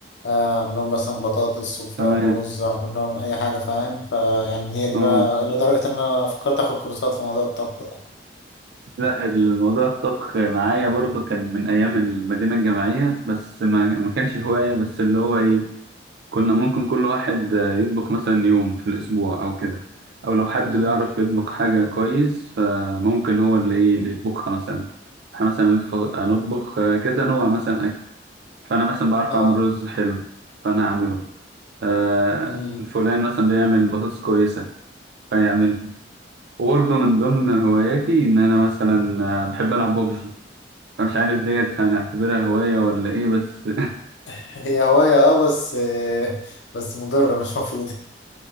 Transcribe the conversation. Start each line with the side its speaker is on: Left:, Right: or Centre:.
Left: آه، اعمل لهم مثلا بطاطس وفراخ
Right: تمام
Left: ورز اعمل لهم اي حاجه فاهم فيعني هي دي
Right: اه
Left: بقى لدرجه ان انا فكرت اخد كورسات في موضوع الطبخ ده
Right: لا الموضوع الطبخ معايا برضو كان من ايام المدينة الجامعية بس ما, ما كانش هواية بس اللي هو ايه كنا ممكن كل واحد يطبخ مثلا يوم في الاسبوع او كده او لو حد
Left: مم.
Right: بيعرف يطبخ حاجة كويس فممكن هو اللي ايه اللي يطبخها مثلا احنا مثلا نطف- نطبخ كذا نوع مثلا اكل فانا مثلا بعرف
Left: اه
Right: اعمل رز حلو فانا اعمله آه
Left: مم.
Right: فلان مثلا بيعمل بطاطس كويسة فيعملها وبرضه من ضمن هواياتي إن أنا مثلا آه، بحب ألعب ببجي فمش عارف ديت هنعتبرها هواية ولا إيه بس
Left: هي هوايه اه بس آه بس مضره مش مفيده